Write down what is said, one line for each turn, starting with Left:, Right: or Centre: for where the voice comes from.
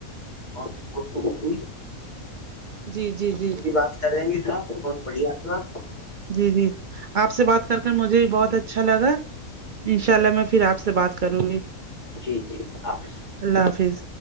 Left: اور گفتگو ہوئی
Right: جی جی جی
Left: بھی بات کریں گی تھا بہت بڑھیا لگا
Right: جی جی آپ سے بات کر کر مجھے بہت اچھا لگا انشاء اللہ میں پھر آپ سے بات کروں گی
Left: جی جی اللہ حافظ
Right: اللہ حافظ